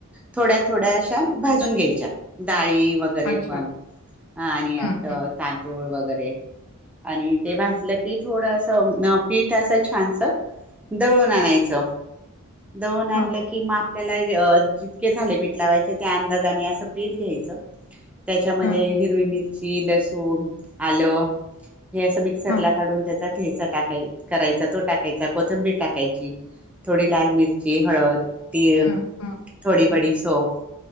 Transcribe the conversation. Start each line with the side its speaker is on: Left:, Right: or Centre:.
Centre: थोड्या थोड्या अशा भाजून घ्यायच्या, डाळी वगैरे
Left: अच्छा
Centre: पण
Left: हम्म
Centre: आणि आपलं
Left: हम्म
Centre: तां गुळ वगैरे, आणि ते
Left: हं.
Centre: भाजलं की, थोडसं पीठ असं छानस दळून आणायचं. दळुन आणलं
Left: हां,
Centre: की मा त्याला जितके थालिपिठ लावायचे. त्या अंदाजाने असं पीठ घ्यायचं. त्याच्यामध्ये
Left: हां,
Centre: हिरवी मिर मिरची, लसूण, आल, हे असं मिक्सर
Left: हां,
Centre: ला काढून घ्यायचा टाकाय करायचा. तो टाकायचा कोथंबीर टाकायची. थोडी लाल मिरची हळद तीळ
Left: हं, हं.
Centre: थोडी बडी तोफ